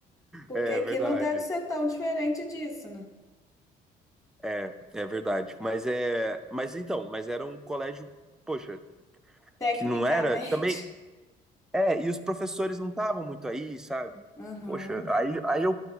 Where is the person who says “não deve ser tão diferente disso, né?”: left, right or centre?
Left